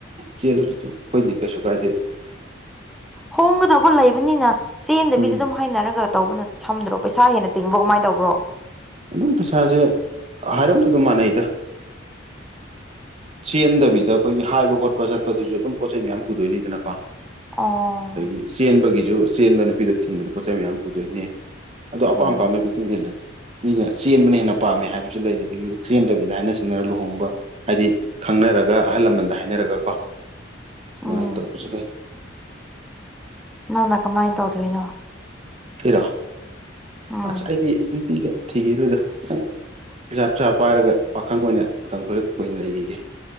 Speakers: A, on the right (about 35°); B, in the centre.
A: ꯆꯦꯜꯂꯁꯨ ꯑꯩꯈꯣꯏꯗꯦ ꯀꯩꯁꯨ ꯀꯥꯏꯗꯦꯗ <unintelligible>
B: ꯍꯣꯡꯕꯗꯕꯨ ꯂꯩꯕꯅꯤꯅ ꯆꯦꯟꯗꯕꯤꯗ
A: ꯎꯝ
B: ꯑꯗꯨꯝ ꯍꯥꯏꯅꯔꯒ ꯇꯧꯕꯅ ꯁꯝꯗ꯭ꯔꯣ ꯄꯩꯁꯥ ꯍꯦꯟꯅ ꯇꯤꯡꯕ꯭ꯔꯣ ꯀꯃꯥꯏꯅ ꯇꯧꯕ꯭ꯔꯣ
A: ꯑꯗꯨꯝ ꯄꯩꯁꯥꯁꯦ ꯍꯥꯏꯔꯛꯂ ꯑꯗꯨꯝ ꯃꯥꯟꯅꯩꯗ ꯆꯦꯟꯗꯕꯤꯗ ꯑꯩꯈꯣꯏꯒꯤ ꯍꯥꯏꯕ ꯈꯣꯠꯄ ꯆꯠꯄꯗꯨꯁꯨ ꯑꯗꯨꯝ ꯄꯣꯠ ꯆꯩꯩ ꯃꯌꯥꯝ ꯄꯨꯗꯣꯏꯅꯤꯗꯅꯀꯣ
B: ꯑꯣ
A: ꯑꯗꯒꯤ ꯆꯦꯟꯕꯒꯤꯁꯨ ꯆꯦꯟꯕ ꯅꯨꯄꯤꯗ ꯊꯤꯟꯕꯗ ꯄꯣꯠꯆꯩ ꯃꯌꯥꯝ ꯄꯨꯗꯣꯏꯅꯦ ꯑꯗꯣ ꯑꯄꯥꯝ
B: ꯎꯝ
A: ꯑꯄꯥꯝꯕꯒꯤ ꯃꯇꯨꯡ ꯏꯜꯂꯦꯗꯣ ꯃꯤꯅ ꯆꯦꯟꯕꯅ ꯍꯦꯟꯅ ꯄꯥꯝꯃꯦ ꯍꯥꯏꯕꯁꯨ ꯂꯩ ꯑꯗꯒꯤ ꯆꯦꯟꯗꯕꯤꯗ ꯍꯥꯏꯅ ꯁꯤꯡꯅꯅ ꯂꯨꯍꯣꯡꯕ ꯍꯥꯏꯗꯤ ꯈꯪꯅ ꯔꯒ ꯑꯍꯜ ꯂꯃꯟꯗ ꯍꯥꯏꯅꯔꯒ ꯀꯣ ꯑꯗꯨꯃꯥꯏꯅ
B: ꯎꯝ
A: ꯇꯧꯕꯁꯨ ꯂꯩ
B: ꯅꯪ ꯅ ꯀꯃꯥꯏꯅ ꯇꯧꯗꯣꯏꯅꯣ
A: ꯑꯩꯔꯣ
B: ꯎꯝ
A: ꯑꯁ ꯑꯩꯗꯤ ꯅꯨꯄꯤꯒ ꯊꯤꯒꯤꯔꯣꯏꯗ ꯈꯤꯇꯪ ꯄꯩꯁꯥ ꯄꯅꯨꯡꯁꯥ ꯄꯥꯏꯔꯒ ꯄꯥꯈꯪ ꯑꯣꯏꯅ ꯃꯇꯝ ꯈꯔ ꯀꯨꯏꯅ ꯂꯩꯈꯤꯒꯦ